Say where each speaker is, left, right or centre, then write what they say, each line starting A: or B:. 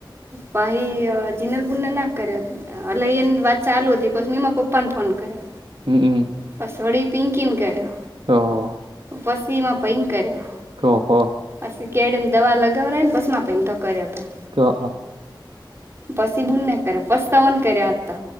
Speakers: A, on the right; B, on the right.
A: પહી અ જીનર બુનને ના કર્યો અલ ઈન વાત ચાલુ હતી પછી મેં પપ્પાન ફોન કર્યો.
B: હમ્મ અ
A: પસ વડી પિંકીન કર્યો.
B: હવ.
A: પછી માર ભય્ન કર્યો.
B: ઓહો.
A: પસી કેળેમ દવા લગાવરાઈન પસમાં ભઈ ન તો કર્યો તો.
B: ક્યો હ.
A: પસી બુંનને કર્યો પસ તમને કર્યો આજ તો.